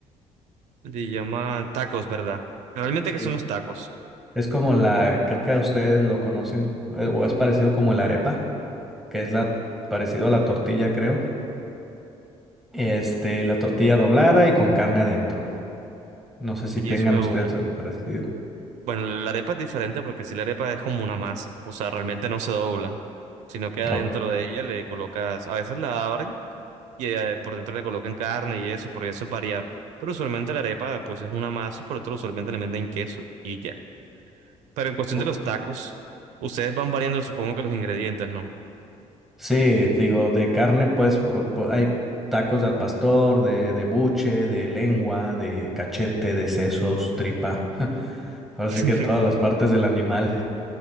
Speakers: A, on the right; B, in the centre.
A: le llaman tacos, ¿verdad? Realmente, ¿qué
B: Sí.
A: son los tacos?
B: Es como la, creo que a ustedes lo conocen, eh, o es parecido como la arepa, que es la parecido a la tortilla, creo. Este, la tortilla doblada y con carne adentro. No sé si
A: Y
B: tengan
A: eso,
B: ustedes algo parecido.
A: Bueno, la arepa es diferente porque si la arepa es como una masa, o sea, realmente no se dobla, sino que adentro
B: Ok.
A: de ella le colocas, a veces la abren y eh, por dentro le colocan carne y eso, porque eso es variar, pero usualmente la arepa pues es una masa y por dentro usualmente le meten queso y ya. Pero en cuestión
B: O-
A: de los tacos, ustedes van variando supongo que los ingredientes, ¿no?
B: Sí, digo, de carne, pues, o- po- hay tacos al pastor, de, de buche, de lengua, de cachete, de sesos, tripa. <laughs> Así
A: <laughs>
B: que todas las partes del animal.